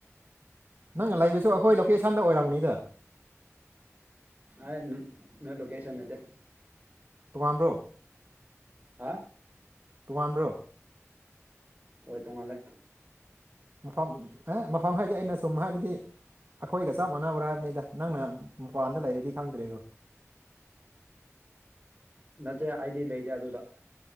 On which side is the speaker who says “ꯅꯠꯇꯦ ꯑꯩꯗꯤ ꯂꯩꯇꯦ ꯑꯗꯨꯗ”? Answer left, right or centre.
Right